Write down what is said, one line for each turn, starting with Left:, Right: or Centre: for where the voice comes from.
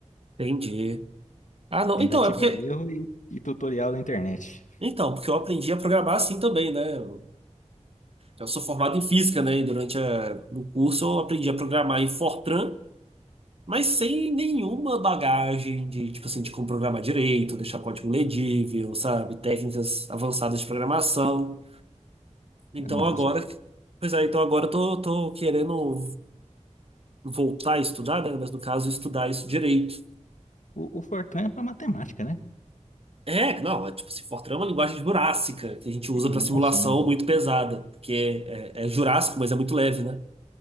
Right: Entendi. Ah, não.
Left: Tentativa
Right: Então, é porque.
Left: e erro e, e tutorial da internet.
Right: Então, porque eu aprendi a programar assim também, né? Eu, eu sou formado em física, né? E durante a- no curso eu aprendi a programar em Fortran Mas sem nenhuma bagagem de, tipo assim, de como programar direito, deixar código legível, sabe? Técnicas avançadas de programação. Então
Left: Nossa,
Right: agora,
Left: pô.
Right: pois é, então agora eu tô, tô querendo voltar a estudar, né? Mas no caso, estudar isso direito.
Left: O, o Fortran é pra matemática, né?
Right: É, não, é tipo, se Fortran é uma linguagem jurássica, que a gente usa
Left: Nossa,
Right: para simulação muito pesada, porque é, é, é jurássico, mas é muito leve, né?